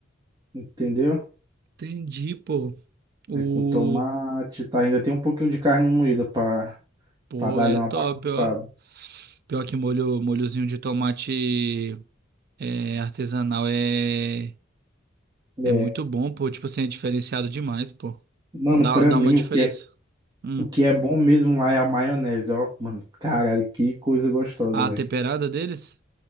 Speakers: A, on the right; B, on the right.
A: entendeu?
B: entendi, pô. O,
A: É com tomate, tá? Ainda tem um pouquinho de carne moída pra,
B: pô,
A: pra dar-lhe
B: é
A: uma
B: top,
A: bagunçada.
B: ó. Pior que molho, molhozinho de tomate é, artesanal é,
A: É.
B: é muito bom, pô. Tipo assim, é diferenciado demais, pô.
A: Mano,
B: Dá,
A: pra
B: dá
A: mim,
B: uma diferença.
A: o que é,
B: Hum.
A: o que é bom mesmo lá é a maionese, ó. Mano, caralho, que coisa gostosa,
B: A
A: velho.
B: temperada deles,